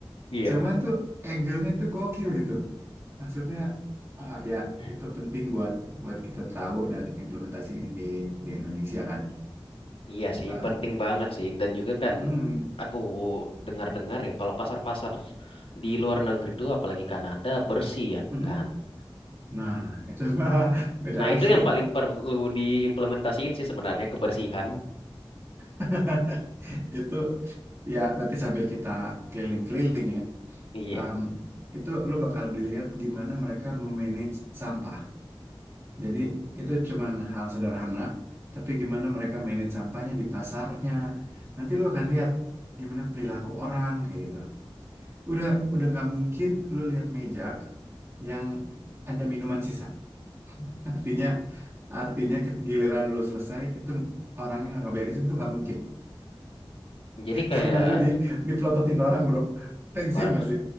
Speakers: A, on the left; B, on the right.
A: Iya.
B: Cuman tuh angle-nya tuh gokil gitu. Maksudnya ah, ya
A: <clears throat>
B: itu penting buat buat kita tahu dan implementasiin di di Indonesia kan
A: Iya sih,
B: Eh,
A: penting banget sih. Dan juga kan
B: Hmm.
A: aku dengar-dengar ya kalau pasar-pasar di luar negeri tuh apalagi Kanada bersih ya
B: Hmm.
A: kan.
B: Nah, itu <laughs> beda
A: Nah
B: lagi
A: itu yang
B: tuh.
A: paling perlu diimplementasiin sih sebenarnya kebersihan.
B: <laughs> Itu ya nanti sambil kita keliling-keliling ya.
A: Iya.
B: em, itu lu bakal lihat gimana mereka memanage sampah. Jadi
A: Oh.
B: itu cuman hal sederhana, tapi gimana mereka manage sampahnya di pasarnya. Nanti lu akan lihat gimana perilaku orang kayak gitu. Udah udah nggak mungkin lu lihat meja yang ada minuman sisa. Artinya
A: Hmm.
B: Artinya ke- giliran lu selesai itu orangnya nggak beresin tuh nggak mungkin
A: Jadi
B: <laughs>
A: kayak
B: karena lu di dipelototin orang bro tensin
A: bar
B: pasti